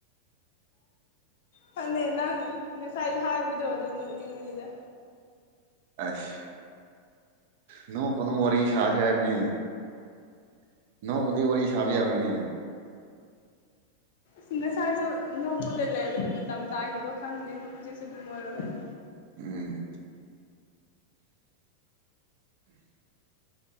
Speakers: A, on the left (about 55°); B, on the right (about 50°).
A: ꯐꯅꯦꯛ ꯅꯪ ꯉꯁꯥꯏꯁꯨ ꯍꯥꯏꯕꯗꯣ ꯑꯗꯨ ꯅꯣꯛꯅꯤꯛ ꯕꯅꯤꯗ
B: ꯑꯁ <inaudible> ꯅꯣꯡꯀꯅꯣ ꯋꯥꯔꯤ ꯁꯥꯁꯦ ꯍꯥꯏꯕꯅꯦ <inaudible> ꯅꯣꯛꯑꯗꯤ ꯋꯥꯔꯤ ꯁꯥꯕ ꯌꯥꯔꯣꯏꯅꯦ
A: ꯁ ꯉꯁꯥꯏꯁꯨ ꯅꯣꯛꯄꯗ ꯂꯩꯕꯗ ꯃꯇꯝ ꯇꯥꯈꯤꯕ ꯈꯪꯗꯦꯅꯦ ꯍꯧꯖꯤꯛꯁ ꯑꯗꯨꯝ ꯑꯣꯏꯔꯒꯅꯤ
B: ꯎꯝ